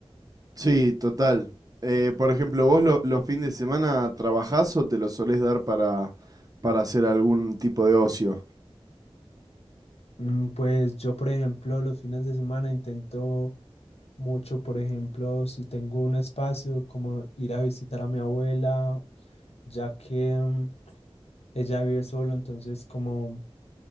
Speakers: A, on the right (about 35°); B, on the left (about 75°).
A: Sí, total. Eh, por ejemplo, ¿vos lo- los fines de semana trabajás o te los solés dar para, para hacer algún tipo de ocio?
B: Mm, Pues yo, por ejemplo, los fines de semana intento mucho, por ejemplo, si tengo un espacio, como ir a visitar a mi abuela, ya que mm, ella vive solo, entonces como